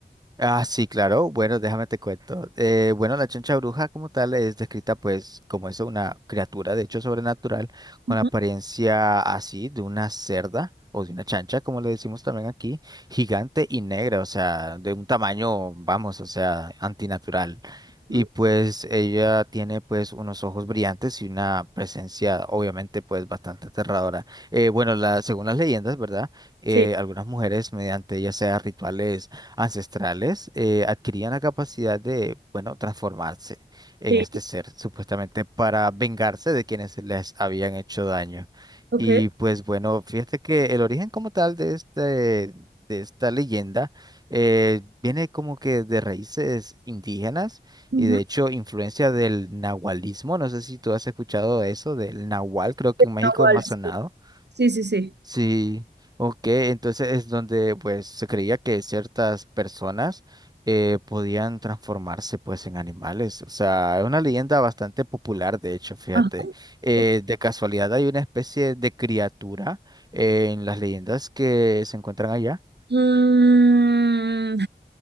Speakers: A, on the right; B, on the right.
A: Ah, sí, claro. Bueno, déjame te cuento. Eh, bueno, la choncha bruja como tal es descrita pues como eso, una criatura de hecho sobrenatural con
B: Ujú,
A: apariencia así de una cerda o de una chancha, como le decimos también aquí, gigante y negra, o sea, de un tamaño, vamos, o sea, antinatural.
B: ujú.
A: Y pues ella tiene pues unos ojos brillantes y una presencia obviamente pues bastante aterradora. Eh, bueno, la, según las leyendas, ¿verdad? Eh,
B: Sí,
A: algunas mujeres mediante ya sea rituales ancestrales eh, adquirían la capacidad de, bueno, transformarse en
B: sí,
A: este ser, supuestamente para vengarse de quienes les habían hecho daño.
B: ok.
A: Y pues bueno, fíjate que el origen como tal de este, de esta leyenda eh, viene como que de raíces indígenas
B: Ujú.
A: y de hecho influencia del nahualismo. No sé si tú has escuchado eso, del nahual, creo que
B: Es
A: en México
B: una waltz,
A: es más sonado.
B: sí, sí, sí. sí.
A: Sí, ok, entonces es donde pues se creía que ciertas personas eh, podían transformarse pues en animales, o sea, es una leyenda bastante popular de hecho, fíjate,
B: Ajá.
A: Eh,
B: ok.
A: de casualidad hay una especie de criatura eh, en las leyendas que se encuentran allá.
B: Mm,